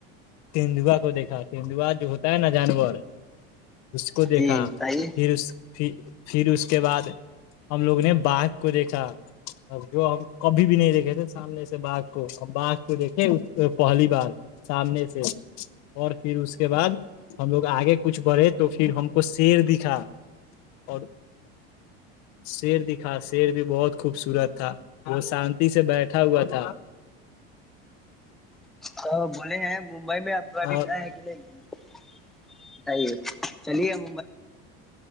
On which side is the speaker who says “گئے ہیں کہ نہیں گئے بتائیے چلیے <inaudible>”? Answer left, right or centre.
Centre